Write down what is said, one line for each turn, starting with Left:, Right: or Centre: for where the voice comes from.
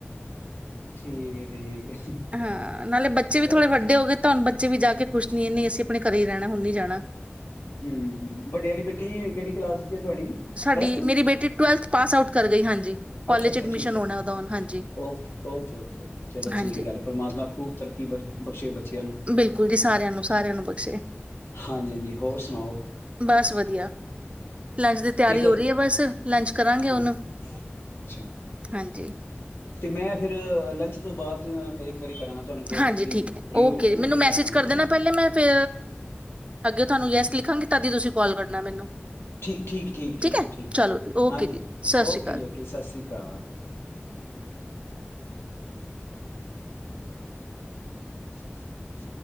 Left: ਠੀਕ ਹੈ ਠੀਕ ਹੈ
Right: ਹਾਂ ਨਾਲੇ ਬੱਚੇ
Left: ਚਲੋ
Right: ਵੀ ਥੋੜੇ ਵੱਡੇ ਹੋ ਗਏ ਤੁਹਾਨੂੰ ਬੱਚੇ ਵੀ ਜਾ ਕੇ ਕੁੱਛ ਨੀ ਇਹ ਨਹੀਂ ਅਸੀਂ ਆਪਣੇ ਘਰ ਹੀ ਰਹਿਣਾ ਹੁਣ ਨ ਜਾਣਾ
Left: ਹਮ ਹਮ ਵੱਡੇ ਵਾਲੀ ਬੇਟੀ ਕਿਹੜੀ ਕਲਾਸ ਤੁਹਾ
Right: ਸਾਡੀ
Left: ਟੂ
Right: ਮੇਰੀ ਬੇਟੀ ਟਵੈਲਥ ਪਾਸ ਆਊਟ ਕਰ ਗਈ ਹਾਂਜੀ ਕਾਲਜ
Left: ਅੱਛਾ ਅੱਛਾ
Right: ਚ ਐਡਮਿਸ਼ਨ
Left: ਠੀਕ ਹੈਠੀ
Right: ਹੋਣਾ ਉਹਦਾ ਹੁਣ ਹਾਂਜੀ
Left: ਓ ਓਕੇ ਓਕੇ ਓ ਚਲੋ
Right: ਹਾਂਜੀ
Left: ਚੰਗੀ ਗੱਲ ਪਰਮਾਤਮਾ ਖੂਬ ਤਰੱਕੀ ਬਖਸ਼ੇ ਬੱਚਿਆਂ ਨੂੰ
Right: ਬਿਲਕੁਲ ਜੀ ਸਾਰਿਆਂ ਨੂੰ ਸਾਰਿਆਂ ਨੂੰ ਬਖਸ਼ੇ
Left: ਹਾਂਜੀ ਹਾਂਜੀ ਹੋਰ ਸੁਣਾਓ
Right: ਬਸ ਵਧੀਆ ਲੰਚ ਦੀ ਤਿਆਰੀ
Left: ਤੇ ਕਦੀ
Right: ਹੋ ਰਹੀ ਹੈ ਬਸ ਲੰਚ ਕਰਾਂਗੇ
Left: ਹਾਂਜੀ
Right: ਉਹਨੂੰ
Left: ਅੱਛਾ
Right: ਹਾਂਜੀ
Left: ਤੇ ਮੈਂ ਫਿਰ ਲੰਚ ਤੋਂ ਬਾਅਦ ਵਾਰੀ ਕਰਾਂਗਾ ਤੁਹਾਨੂੰ ਕੋਲ
Right: ਹਾਂਜੀ
Left: ਤੁਸੀਂ
Right: ਠੀਕ ਹੈ
Left: ਫਰੀ
Right: ਓਕੇ
Left: ਹੋਗੇ ਨਾ
Right: ਜ ਮੈਨੂੰ
Left: ਫਿਰ
Right: ਮੈਸੇਜ
Left: ਲਾਂਗੇ
Right: ਕਰ ਦੇਣਾ
Left: ਹਨਾ
Right: ਪਹਿਲੇ ਮੈਂ ਫ ਅੱਗੇ ਤੁਹਾਨੂੰ ਯੈਸ ਲਿਖਾਂਗੇ ਤਦੀ ਤੁਸੀਂ ਕਾਲ ਕਰਨਾ ਮੈਨੂੰ
Left: ਠੀਕ ਠੀਕ ਠੀਕ ਠੀਕ
Right: ਹੈ
Left: ਠੀਕ
Right: ਚਲੋ
Left: ਠੀਕ
Right: ਜੀ ਓਕੇ
Left: ਹਾਂਜੀ
Right: ਜੀ
Left: ਹਾਂਜੀ
Right: ਸਤਿ ਸ਼੍ਰੀ
Left: ਓਕੇ
Right: ਅਕਾਲ
Left: ਜੀ ਓਕੇ ਸਤਿ ਸ਼੍ਰੀ ਅਕਾਲ <unintelligible>